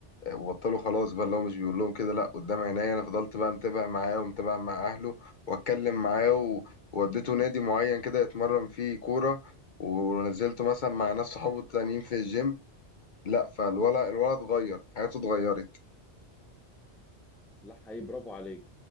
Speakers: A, on the left; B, in the centre.
A: وبطلوا خلاص بقى اللي هو مش بيقول لهم كده لا قدام عينيا انا فضلت بقى متابع معاه ومتابع مع اهله واتكلم معاه و- ووديته نادي معين كده يتمرن فيه كوره ونزلته مثلا مع ناس صحابه التانيين في الجيم لا فالولد الولد اتغير حياته اتغيرت
B: لا حقيقي برافو عليك